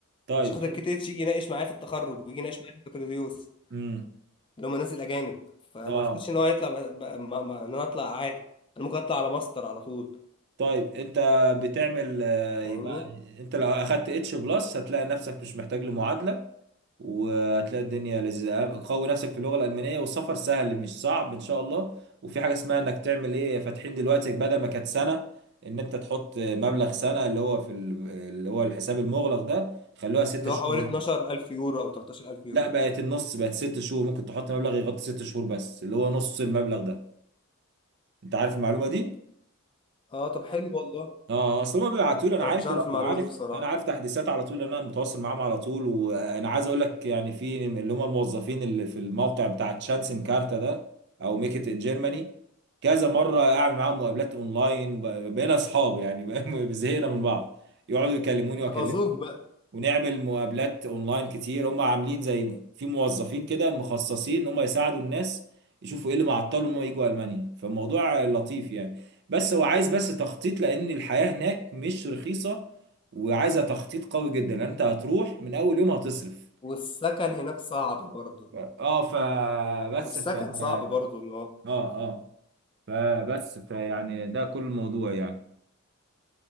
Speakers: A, on the right; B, on the left.
A: طيب
B: عشان خاطر
A: انت
B: الكي تي اتش يجي يناقش معايا في التخرج ويجي يناقش معايا في البكالوريوس
A: مم.
B: اللي هم الناس الاجانب فما
A: اه
B: اعتقدش ان هو هيطلع ب... ب... ما... ما... ان انا اطلع عادي انا ممكن اطلع على ماستر على طول
A: طيب انت بتعمل آه، يبقى
B: فاهمني
A: انت لو اخدت اتش بلس هتلاقي نفسك مش محتاج لمعادله وهتلاقي الدنيا لذيذة أه، قوي نفسك في اللغة الألمانية والسفر سهل مش صعب إن شاء الله وفي حاجة اسمها إنك تعمل إيه فاتحين دلوقتي بدل ما كانت سنة إن أنت تحط مبلغ سنة اللي هو في ال- اللي هو الحساب المغلق ده خلوها ست
B: اللي
A: شهور
B: هو حوالي 12000
A: دلوقتي
B: يورو او 13000 يورو
A: لا بقت النص بقت ست شهور ممكن تحط مبلغ يغطي ست شهور بس اللي هو نص المبلغ ده أنت عارف المعلومة دي؟
B: اه طب حلو والله
A: اه اصل هم بيبعتوا لي انا
B: انا
A: عارف
B: كنتش اعرف
A: ال-
B: المعلومه
A: عارف
B: دي بصراحه
A: انا عارف تحديثات على طول لان انا متواصل معاهم على طول وانا عايز اقول لك يعني في اللي هم الموظفين اللي في الموقع بتاع شانسن كارتا ده او ميك ات ان جيرماني كذا مره اعمل معاهم مقابلات اونلاين وب- بقينا اصحاب يعني <laughs> بقى- زهقنا من بعض يقعدوا يكلموني واكلمهم
B: حفظوك بقى
A: ونعمل مقابلات اونلاين كتير هم عاملين زي في موظفين كده مخصصين ان هم يساعدوا الناس يشوفوا ايه اللي معطلهم ان هم يجوا المانيا فالموضوع لطيف يعني بس هو عايز بس تخطيط لان الحياة هناك مش رخيصة وعايزة تخطيط قوي جدا لأن انت هتروح من اول يوم هتصرف
B: والسكن هناك صعب برضه
A: ف- اه فبس
B: والسكن
A: ف اه
B: صعب برضه اللي هو
A: اه فبس فيعني ده كل الموضوع يعني